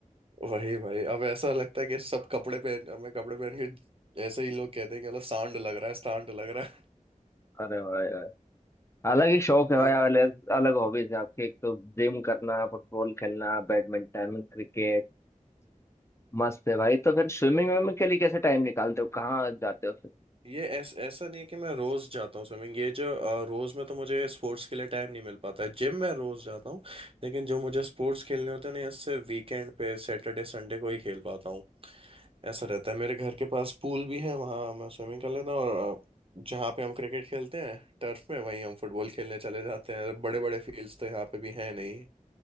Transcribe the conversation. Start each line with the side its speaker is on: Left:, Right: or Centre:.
Right: वही भाई अब ऐसा लगता है कि सब कपड़े पहन मैं कपड़े पहन के ऐसे ही लोग कहते हैं कि मतलब सांड लग रहा है सांड लग रहा
Left: अरे भाई भाई अलग ही शौक है
Right: ये
Left: भाई अलग अलग हॉबीज है आपकी एक तो जिम करना फुटबॉल खेलना बैडमिंटन क्रिकेट मस्त है भाई तो फिर स्विमिंग विमिंग के लिए कैसे टाइम निकालते हो कहाँ जाते हो फिर
Right: ये ऐस, ऐसा नहीं है कि मैं रोज जाता हूँ स्विमिंग ये जो अ, रोज में तो मुझे स्पोर्ट्स के लिए टाइम नहीं मिल पाता है जिम में रोज जाता हूँ लेकिन जो मुझे स्पोर्ट्स खेलने होते हैं ना इससे वीकेंड पे सैटरडे संडे को ही खेल पाता हूँ ऐसा रहता है मेरे घर के पास पूल भी है वहाँ मैं स्विमिंग कर लेता हूँ और अ, जहाँ पे हम क्रिकेट खेलते हैं टर्फ में वहीं हम फुटबॉल खेलने चले जाते हैं बड़े बड़े फील्ड्स तो यहाँ पे भी हैं नहीं